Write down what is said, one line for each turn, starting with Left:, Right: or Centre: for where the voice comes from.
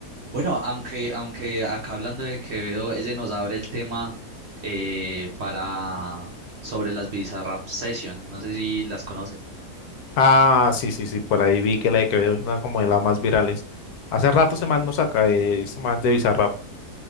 Right: Bueno, aunque, aunque acá hablando de Quevedo, ese nos abre el tema eh, para sobre las Bizarrap Session. No sé si las conoces.
Left: Ah, sí, sí, sí, por ahí vi que la de Quevedo es una como de las más virales. Hace rato ese man no saca, eh, ese man de Bizarrap.